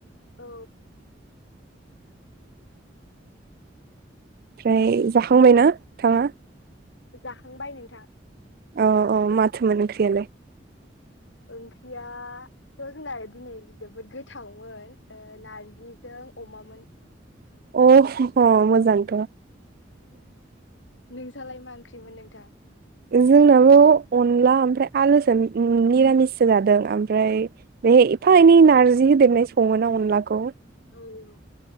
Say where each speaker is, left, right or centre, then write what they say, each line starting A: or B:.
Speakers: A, on the left (about 90°); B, on the right (about 55°).
A: औ
B: फ्राय जाखांबाय ना थाङा
A: जाखांबाय नोंथां
B: औ औ माथो मोन ओंख्रियालाय
A: ओंख्रियाथ' जोंना दिनै जोबोद गो थावमोन ओह नारजिजों अमामोन
B: अ ह' मोजांथ' ओ
A: नोंसालाय मा ओंख्रिमोन नोंथां
B: जोंनाबो अनला ओमफ्राय आलुसो ओ निरामिससो जादों ओमफ्राय
A: औ
B: बे एफा एनै नारजि होदेरनाय सङो ना अनलाखौ
A: औ औ